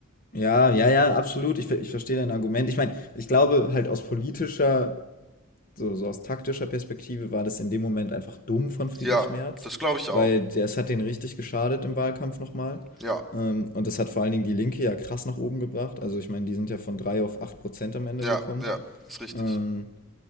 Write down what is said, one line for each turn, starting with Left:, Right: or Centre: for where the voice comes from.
Left: ja, ja, ja, absolut, ich, ich verstehe dein Argument. Ich meine, ich glaube halt aus politischer So, so aus taktischer Perspektive war das in dem Moment einfach dumm von Friedrich
Centre: Ja,
Left: Merz,
Centre: das glaube ich
Left: weil
Centre: auch.
Left: der- es hat den richtig geschadet im Wahlkampf nochmal.
Centre: Ja,
Left: Ähm, und das hat vor allen Dingen die Linke ja krass nach oben gebracht. Also ich meine, die sind ja von 3 auf 8 Prozent am Ende
Centre: ja,
Left: gekommen.
Centre: ja, ist richtig.
Left: Ähm,